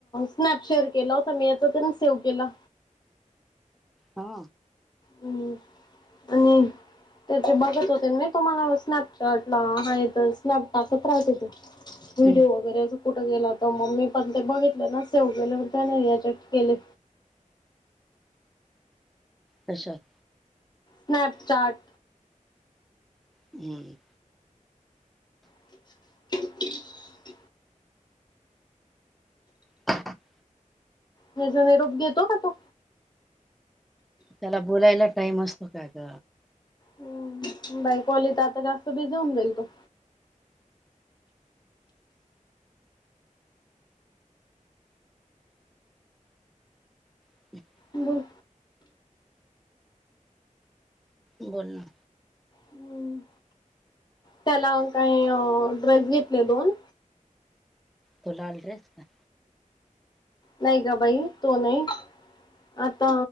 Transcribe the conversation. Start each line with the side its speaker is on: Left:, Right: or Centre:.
Left: स्नॅप शेअर केला होता मी. याचा पण सेव्ह केला.
Centre: हा
Left: हम्म, आणि त्याचे बघत होते ना मी. तो मला स्नॅपचॅटला आहे तर, स्नॅप टाकत राहतो तो. व्हिडिओ
Centre: हम्म
Left: वगैरे अस. कुठ गेला त म मी पण ते बघितले ना सेव केले पण त्याने याच्यात केले.
Centre: कशात?
Left: स्नॅपचाट
Centre: हम्म
Left: <inaudible>
Centre: <inaudible>
Left: ह्याचा निरोप घेतो का तू?
Centre: त्याला बोलायला टाईम असतो काग.
Left: हम्म, बायको आली त आता जात बिझी होऊन जाईल तो.
Centre: <inaudible>
Left: बोल
Centre: बोल ना.
Left: हम्म. त्याला काय ड्रेस घेतले दोन.
Centre: तो लाल ड्रेस
Left: नाही गं बाई तो नाही. आता